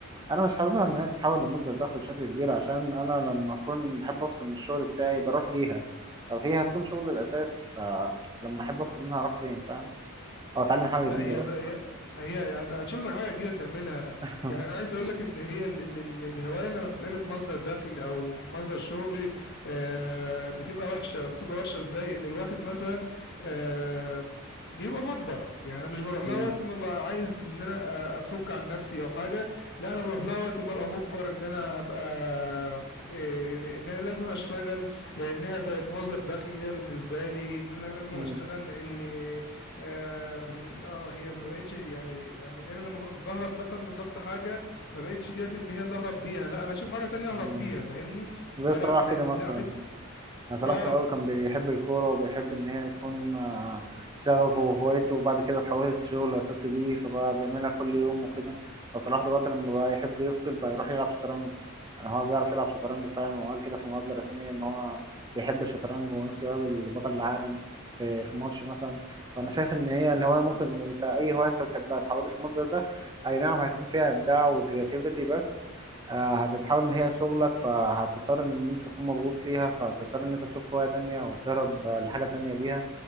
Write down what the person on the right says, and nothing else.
انا مش حاببها ان هي تتحول لمصدر دخل بشكل كبير عشان انا لما اكون بحب افصل من الشغل بتاعي بروح ليها طب هي هتكون شغلي الاساسي فلما احب افصل منها اروح فين فاهم او اتعلم حاجه
جديده
بقى
<laughs>
مم.
مم.
مم.
زي صلاح
كده مثلا
يعني صلاح
في الأول كان بيحب الكورة وبيحب إن هي يكون آه، شغفه وهوايته وبعد كده اتحولت شغل أساسي ليه فبقى بيعملها كل يوم وكده فصلاح دلوقتي لما بقى يحب يفصل بقى يروح يلعب شطرنج يعني هو بيعرف يلعب شطرنج فعلا وقال كده في مقابلة رسمية إن هو بيحب الشطرنج ونفسه يقابل بطل العالم في في ماتش مثلا فأنا شايف إن هي الهواية ممكن أنت أي هواية أنت بتحبها اتحولت لمصدر دخل أي نعم هيكون فيها إبداع وكرياتيفيتي بس آه، هتتحول ان هي شغلك فهتضطر ان انت تكون مضغوط فيها فهتضطر ان انت تشوف هواية تانية او تهرب آه، لحاجة تانية بيها